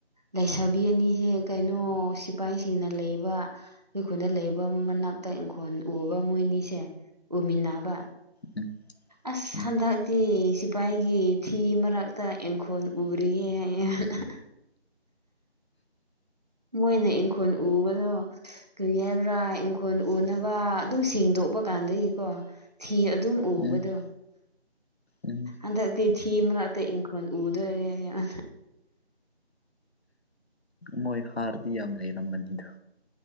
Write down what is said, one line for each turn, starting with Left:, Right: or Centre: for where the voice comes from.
Right: ꯂꯩꯁꯥꯕꯤ ꯑꯅꯤꯁꯦ ꯀꯩꯅꯣ ꯁꯤꯐꯥꯏꯁꯤꯡꯅ ꯂꯩꯕ ꯑꯩꯈꯨꯜꯗ ꯂꯩꯕ ꯃꯅꯥꯛꯇ ꯏꯪꯈꯣꯜ ꯎꯕ ꯃꯣꯏꯅꯤꯁꯦ ꯎꯃꯤꯟꯅꯕ
Left: ꯎꯝ
Right: ꯑ
Left: ꯎꯝ
Right: ꯍꯗ ꯁꯤꯐꯥꯏꯒꯤ ꯐꯤ ꯃꯔꯛꯇ ꯏꯪꯈꯣꯜ ꯎꯔꯤꯌꯦꯅ ꯃꯣꯏꯅ ꯏꯪꯈꯣꯜ ꯎꯕꯗꯣ ꯀꯔꯤ ꯍꯥꯏꯕ꯭ꯔꯥ ꯏꯪꯈꯣꯜ ꯎꯅꯕ ꯑꯗꯨꯝ ꯁꯦꯡꯗꯣꯛꯄ ꯀꯥꯟꯗꯒꯤꯀꯣ ꯊꯤ ꯑꯗꯨꯝ ꯎꯕꯗꯣ
Left: ꯎꯝ ꯎꯝ
Right: ꯑꯗꯗꯤ ꯊꯤꯝ ꯔ ꯑꯇ ꯏꯪꯀ ꯎꯗ ꯑꯣꯏꯔ
Left: ꯃꯣꯏ ꯍꯥꯔꯗꯤ ꯌꯥꯝ ꯂꯩꯔꯝꯕꯅꯤꯗ